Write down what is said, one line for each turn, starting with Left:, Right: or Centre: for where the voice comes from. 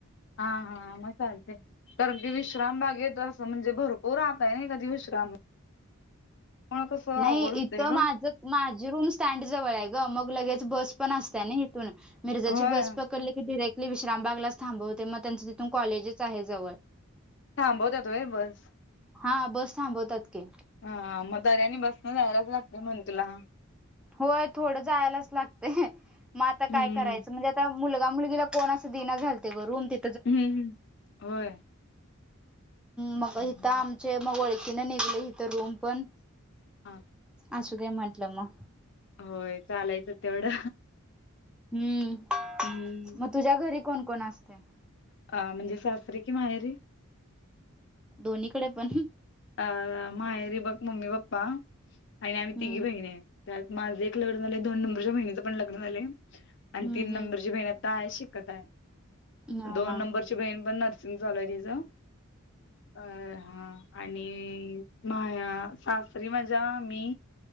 Left: हा हा मग चालतेय. कारण की विश्राम बाग येत असं म्हणजे भरपूर राहतय ना कधी विश्राम. मुळ कसं
Centre: नाही
Left: अवघड होतंय
Centre: इथं
Left: ग.
Centre: माझ माझी रूम स्टँड जवळ आहे ग मग लगेच बस पण असतय ना. मिर्जाची
Left: होय
Centre: बस पकडली की डरेक्. विश्रामबागलाच थांबवते मग त्यांचं तिथून कॉलेजच आहे जवळ.
Left: थांबवत्यात होय बस.
Centre: हा बस थांबवतात कि.
Left: हा मग दऱ्याने बसनं जायलाचं लागते. म्हण तुला,
Centre: होय थोडं जायलाच लागते. म आता
Left: हम्म
Centre: काय करायचं म्हणजे तर मुलगा मुलगीला कोण अस दिना झालत गं रूम ते
Left: हम्म हम्म होय.
Centre: मग
Left: हम्म.
Centre: इथं आमचे मग ओळखीने निघले. इथं रूम पण,
Left: हा
Centre: असूदे म्हंटलं मग,
Left: होय. चालायचं तेवढं
Centre: हम्म,
Left: हम्म.
Centre: मग तुझ्या घरी कोण कोण असते?
Left: अ म्हणजे सासरी की माहेरी?
Centre: दोन्हीकड पण
Left: अ माहेरी बघ मम्मी पप्पा आणि आम्ही
Centre: हम्म
Left: तिघी बहीण आहे. त्यात माझं एक लग्न झालंय. दोन नंबरच्या बहिणीच पण लग्न झालंय आणि
Centre: हम्म
Left: तीन नंबरची
Centre: हम्म
Left: बहिण आ ता शिकत आहे
Centre: हा
Left: दोन
Centre: हा
Left: नंबरची बहीण पण नर्सिंग चालू आहे तिचं. अ हा, आणि माया सासरी माझ्या मी